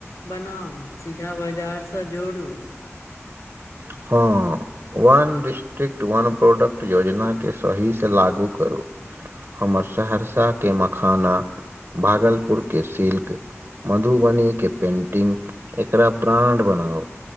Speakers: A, on the left; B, on the right.
A: बनाउ, सीधा बाजार से जोड़ू।
B: हं। वन डिस्ट्रिक्ट वन प्रोडक्ट योजना के सही से लागू करू। हमर सहरसा के मखाना भागलपुर के सिल्क मधुबनी के पेन्टिंग, एकरा ब्रांड बनाउ,